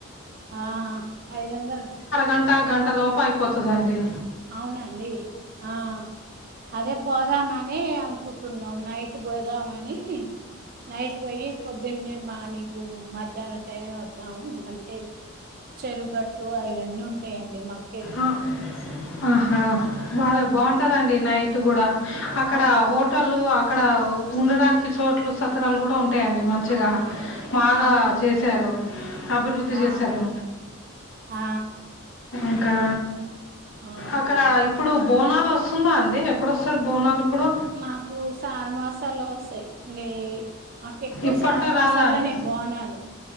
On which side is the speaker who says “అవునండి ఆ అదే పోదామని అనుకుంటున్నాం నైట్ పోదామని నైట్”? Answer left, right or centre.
Right